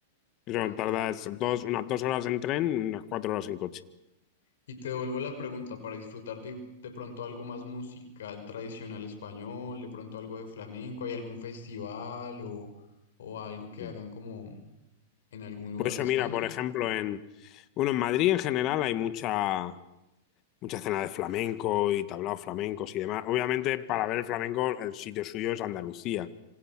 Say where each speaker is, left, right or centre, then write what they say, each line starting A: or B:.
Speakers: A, on the left (about 40°); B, on the left (about 80°).
A: Eso,
B: ok.
A: tardas dos, unas dos horas en tren, unas cuatro horas en coche.
B: Y te devuelvo la pregunta, para disfrutar de, de pronto algo más musical tradicional español, de pronto algo de flamenco, ¿hay algún festival o, o algo que
A: Mm.
B: hagan como en algún lugar
A: Por eso,
B: de España?
A: mira, por ejemplo, en, bueno, en Madrid en general hay mucha, mucha escena de flamenco y tablaos flamencos y demás. Obviamente, para ver el flamenco, el sitio suyo es Andalucía.